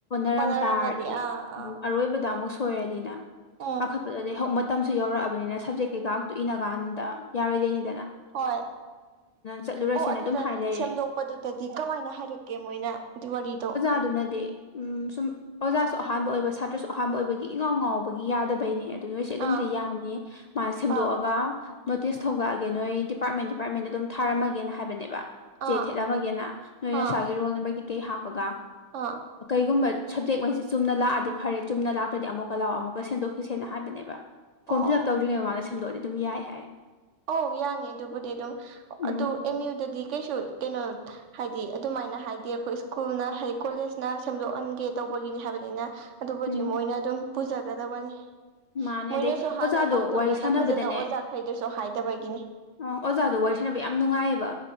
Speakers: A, on the left (about 65°); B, on the right (about 70°).
A: ꯃꯔꯝ
B: ꯑꯣꯟꯅꯔꯝꯃꯗꯤ
A: ꯇꯥꯔꯗꯤ
B: ꯑꯥ ꯑꯥ
A: ꯑꯔꯣꯏꯕꯗ ꯑꯃꯨꯛ ꯁꯣꯏꯔꯗꯤꯅ
B: ꯎꯝ
A: ꯄꯥꯈꯠꯄꯗꯣ ꯇꯝꯁꯨ ꯌꯧꯔꯛꯑꯕꯅꯤꯅ ꯁꯞꯖꯦꯛ ꯀꯩꯀꯥꯛꯇꯨ ꯏꯟꯅ ꯀꯥꯟꯗ ꯌꯥꯔꯣꯏꯗꯣꯏꯅꯤ
B: ꯍꯣꯏ
A: ꯆꯠꯂꯨꯔꯁꯦꯅ
B: ꯑꯣ ꯑꯗꯨꯗ
A: ꯑꯗꯨꯝ ꯍꯥꯏ ꯂꯩꯔꯦ
B: ꯁꯦꯝꯗꯣꯛꯄꯗꯨꯗꯗꯤ ꯀꯃꯥꯏꯅ ꯍꯥꯏꯔꯛꯀꯦ ꯃꯣꯏꯅ ꯋꯥꯔꯤꯗꯣ
A: ꯑꯗꯨꯅꯗꯤ ꯎꯝ ꯁꯨꯝ ꯑꯣꯖꯥꯁꯨ ꯑꯍꯥꯟꯕ ꯑꯣꯏꯕ ꯁꯥꯇ꯭ꯔꯁꯨ ꯑꯍꯥꯟꯕ ꯑꯣꯏꯕꯒꯤ ꯏꯉꯥꯎ ꯉꯥꯎꯕꯒꯤ ꯌꯥꯗꯕꯩꯅꯦ ꯑꯗꯨ ꯅꯣꯏꯁꯦ ꯑꯗꯨꯝꯗꯤ
B: ꯑꯥ
A: ꯌꯥꯅꯤ ꯃꯥꯅ ꯁꯦꯝꯗꯣꯛꯑꯒ
B: ꯑꯥ
A: ꯅꯣꯇꯤꯁ ꯊꯣꯛꯂꯛꯑꯒꯦ ꯅꯣꯏ ꯗꯤꯄꯥꯔꯠꯃꯦꯟ ꯗꯤꯄꯥꯔꯠꯃꯦꯟꯗ ꯑꯗꯨꯝ ꯊꯥꯔꯝꯃꯒꯦꯅ ꯍꯥꯏꯕꯅꯦꯕ ꯆꯦ
B: ꯑꯥ
A: ꯊꯦꯠꯂꯝꯃꯒꯦꯅ ꯅꯣꯏ
B: ꯑꯥ
A: ꯅꯁꯥꯏꯒꯤ ꯔꯣꯜ ꯅꯝꯕꯔ ꯀꯩꯀꯩ ꯍꯥꯞꯄꯒ
B: ꯑꯥ
A: ꯁꯤꯒꯨꯝꯕ ꯁꯕꯖꯦꯛꯉꯩꯁꯤ ꯆꯨꯝꯅ ꯂꯥꯛꯑꯗꯤ ꯐꯔꯦ ꯆꯨꯝꯅ ꯂꯥꯛꯇ꯭ꯔꯗꯤ ꯑꯃꯨꯛꯀ ꯂꯥꯛꯑꯣ ꯑꯃꯨꯛꯀ ꯁꯦꯝꯗꯣꯛꯈꯤꯁꯦꯅ ꯍꯥꯏꯕꯅꯦꯕ ꯐꯣꯝ
B: ꯑꯣ
A: ꯐꯤꯜꯂꯞ ꯇꯧꯗ꯭ꯔꯤꯉꯩ ꯃꯃꯥꯡꯗ ꯁꯦꯝꯗꯣꯛꯑꯗꯤ ꯑꯗꯨꯝ ꯌꯥꯏ ꯍꯥꯏ
B: ꯑꯣ ꯌꯥꯅꯤ ꯑꯗꯨꯕꯨꯗꯤ ꯑꯗꯨꯝ
A: ꯎꯝ
B: ꯑꯗꯨ ꯑꯝ ꯌꯨ ꯗꯥꯗꯤ ꯀꯩꯁꯨ ꯀꯩꯅꯣ ꯑꯗꯨꯃꯥꯏ ꯀꯃꯥꯏꯅ ꯍꯥꯏꯗꯤ ꯑꯩꯈꯣꯏ ꯁ꯭ꯀꯨꯜꯅ ꯍꯥꯏꯗꯤ ꯀꯣꯂꯦꯖꯅ ꯁꯦꯝꯗꯣꯛꯍꯟꯒꯦ ꯇꯧꯕꯒꯤꯅꯤ ꯍꯥꯏꯕꯅꯤꯅ ꯑꯗꯨꯕꯨꯗꯤ
A: ꯎꯝ
B: ꯃꯣꯏꯅ ꯑꯗꯨꯝ ꯄꯨꯖꯒꯗꯕꯅꯤ
A: ꯃꯥꯅꯦ
B: ꯃꯣꯏꯅꯁꯨ
A: ꯑꯗꯩ
B: ꯍꯥꯟꯅ
A: ꯑꯣꯖꯥꯗꯣ
B: ꯃꯥꯡꯖꯧꯅꯅ
A: ꯋꯥꯔꯤ ꯁꯥꯟꯅꯕꯗꯅꯦ
B: ꯐꯖꯅ ꯑꯣꯖꯥꯈꯩꯗꯁꯨ ꯍꯥꯏꯗꯕꯒꯤꯅꯤ
A: ꯑ ꯑꯣꯖꯥꯗꯣ ꯋꯥꯔꯤ ꯁꯥꯟꯅꯕ ꯌꯥꯝ ꯅꯨꯡꯉꯥꯏꯌꯦꯕ